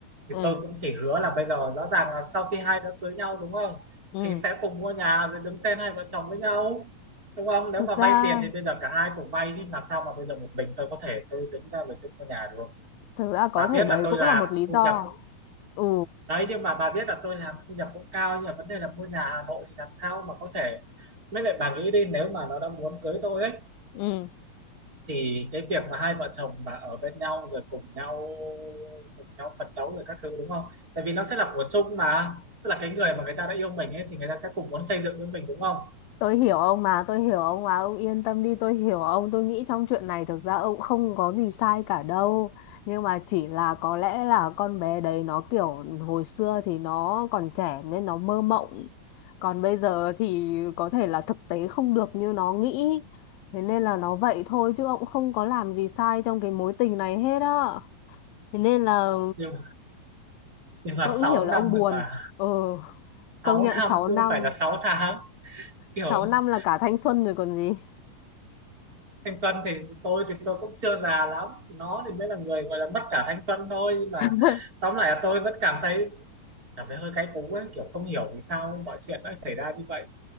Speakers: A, on the right; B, on the left.
A: thì
B: ừ
A: tôi cũng chỉ hứa là bây giờ rõ ràng là sau khi hai đứa cưới nhau đúng không
B: ừ
A: thì sẽ cùng mua nhà rồi đứng tên hai vợ chồng với nhau đúng không nếu
B: thực
A: mà vay
B: ra
A: tiền thì bây giờ cả hai cùng vay chứ làm sao mà bây giờ một mình tôi có thể tôi đứng ra rồi tôi mua nhà được không
B: Thực ra có
A: bà
B: thể
A: biết
B: đấy
A: là tôi
B: cũng
A: làm
B: là một lý
A: thu
B: do.
A: nhập
B: Ừ,
A: đấy nhưng mà bà biết là tôi làm thu nhập cũng cao nhưng mà vấn đề là mua nhà Hà Nội thì làm sao mà có thể mới lại bà nghĩ đi nếu mà nó đã muốn cưới tôi ấy
B: ừ
A: thì cái việc mà hai vợ chồng mà ở bên nhau rồi cùng nhau cùng nhau phấn đấu rồi các thứ đúng không tại vì nó sẽ là của chung mà tức là cái người mà người ta đã yêu mình ấy thì người ta sẽ cùng muốn xây dựng với mình đúng không
B: tôi hiểu ông mà, tôi hiểu ông mà, ông yên tâm đi, tôi hiểu ông. Tôi nghĩ trong chuyện này thực ra ông không có gì sai cả đâu. Nhưng mà chỉ là có lẽ là con bé đấy nó kiểu hồi xưa thì nó còn trẻ nên nó mơ mộng. Còn bây giờ thì có thể là thực tế không được như nó nghĩ. Thế nên là nó vậy thôi chứ ông không có làm gì sai trong cái mối tình này hết á. Thế nên là
A: nhưng nhưng mà
B: tôi
A: 6
B: cũng hiểu là
A: năm
B: ông buồn
A: rồi bà
B: ừ
A: 6
B: công nhận
A: năm
B: sáu
A: chứ
B: năm
A: không phải là sáu tháng hiểu
B: sáu
A: không
B: năm là cả thanh xuân rồi còn gì
A: thanh xuân thì tôi thì tôi cũng chưa già lắm nó thì mới là người gọi là mất cả thanh xuân thôi nhưng mà
B: <laughs>
A: tóm lại là tôi vẫn cảm thấy cảm thấy hơi cay cú ấy kiểu không hiểu vì sao mọi chuyện lại xảy ra như vậy